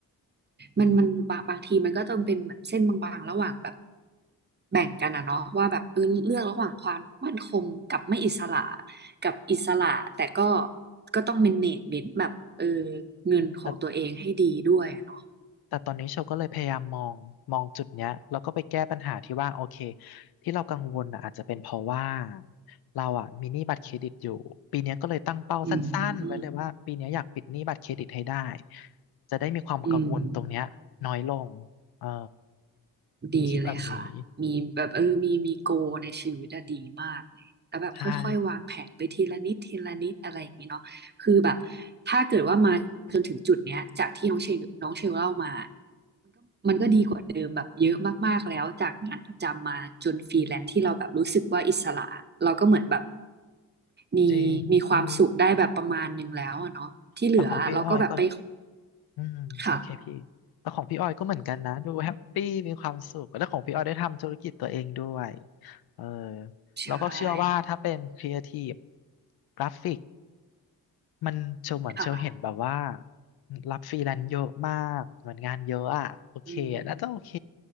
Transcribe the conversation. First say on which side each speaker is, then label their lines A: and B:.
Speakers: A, on the right; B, on the left.
A: มันมันบางบางทีมันก็ต้องเป็นเหมือนเส้นบางๆ ระหว่างแบบแบ่งกันนะเนาะว่าแบบเออเลือกระหว่างความมั่นคงกับไม่อิสระกับอิสระแต่ก็ก็ต้องเมเนจเมนต์แบบเออเงินของตัวเองให้ดีด้วยอะเนาะ
B: อ แต่ตอนนี้โชลก็เลยพยายามมองมองจุดเนี้ยแล้วก็ไปแก้ปัญหาที่ว่าโอเคที่เรากังวลน่ะอาจจะเป็นเพราะว่าเราอ่ะมีหนี้บัตรเครดิตอยู่ปีเนี้ยก็เลยตั้งเป้าสั้นๆไว้เลยว่าปีเนี้ยอยากปิดหนี้บัตรเครดิตให้ได้
A: อืม
B: จะได้มีความกังวลตรงเนี้ยน้อยลงเออ
A: อืมดีเลยค่ะมีแบบเออมีมีโกในชีวิตอะดีมากเลยแล้วแบบค่อยๆวางแผนไปทีละนิดทีละนิดอะไรอย่างนี้เนาะคือแบบ
B: คิดแบบนี้ใช่
A: ถ้าเกิดว่ามาจนถึงจุดเนี้ยจากที่น้องเชลน้องเชลเล่ามา ก็ดีกว่าเดิมแบบเยอะมากๆแล้วจากงานประจำมาจนฟรีแลนซ์ที่เราแบบรู้สึกว่าอิสระเราก็เหมือนแบบมี
B: จริงพี่
A: มีความสุขได้แบบประมาณหนึ่งแล้วอะเนาะที่เหลือเราก็แบบไป
B: แต่ของพี่อ้อยก็ อืมโอเคพี่แต่ของพี่ออยก็เหมือนกันนะดูแฮปปี้มีความสุขแล้วของพี่ออยได้ทำธุรกิจตัวเองด้วย
A: ค่ะ
B: เออ
A: ใช่
B: แล้วก็เชื่อว่าถ้าเป็นครีเอทีฟกราฟิกมันเชลเหมือนเชลเห็นแบบว่า
A: ค่ะ
B: รับฟรีแลนซ์เยอะมากเหมือนงานเยอะอ่ะโอเคน่าจะโอเค
A: อืม